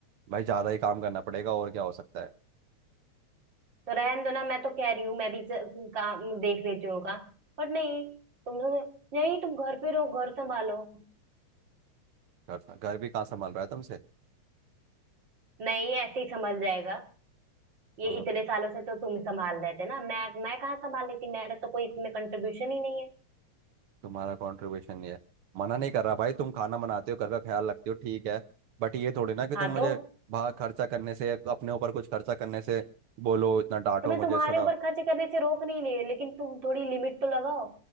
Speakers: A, on the right; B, on the right.
A: भाई ज्यादा ही काम करना पड़ेगा और क्या हो सकता है
B: तो रहन दो ना मैं तो कह रही हूँ मैं भी ज- काम देख लेती हूँ काम पर नहीं तुम लोग- नहीं तुम घर पे रहो घर संभालो
A: घर घर भी कहाँ संभाल रहा है तुमसे
B: नहीं ऐसे ही संभल जाएगा ये
A: हाँ।
B: इतने सालों से तो तुम संभाल रहे थे ना मैं मैं कहाँ संभाल लेती मेरा तो कोई इसमें कंट्रीब्यूशन ही नहीं है
A: तुम्हारा कंट्रीब्यूशन ये है मना नहीं कर रहा भाई तुम खाना बनाते हो घर का ख्याल रखते हो ठीक है बट ये थोड़ी ना कि
B: हाँ
A: तुम मुझे
B: तो
A: बाहर खर्चा करने से या तो अपने ऊपर कुछ खर्चा करने से बोलो इतना डांटो
B: तो मैं तुम्हारे
A: मुझे सुनाओ
B: ऊपर खर्च करने से रोक नहीं रही लेकिन तुम थोड़ी लिमिट तो लगाओ